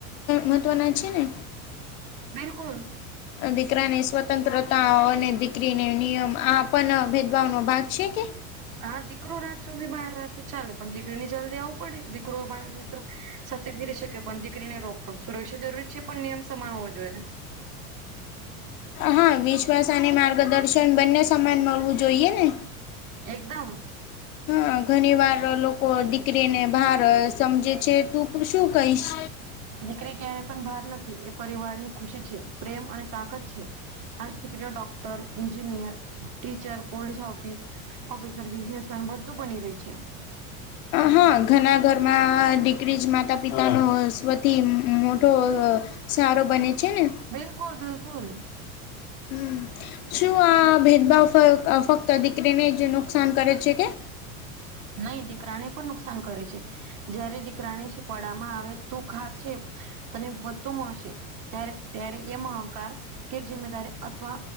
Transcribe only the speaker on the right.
બિલકુલ
હા દીકરો રાત સુધી બહાર રહેતો ચાલે પણ દીકરીની જલ્દી આવ દીકરો મિત્રો સાથે ફરી શકે પણ કરીને રોકો સુરક્ષા જરૂરી છે પણ નિયમ સમાન હોવો જોઈએ.
એકદમ.
દીકરી ક્યારે પણ ભાર નથી એ પરિવાર ની ખુશી છે પ્રેમ અને તાકાત છે. આજ દીકરીઓ doctor, engineer, teacher, police officer officer businessman બધું બની રહી છે.
બિલકુલ બિલકુલ.
નહી દીકરાને પણ નુકસાન કરે છે. જયારે દીકરાને શિપડામાં આવે તું <unintelligible> તને બધું મળશે ત્યારે ત્યારે એ અહંકાર કે જિમ્મેદારી અથવા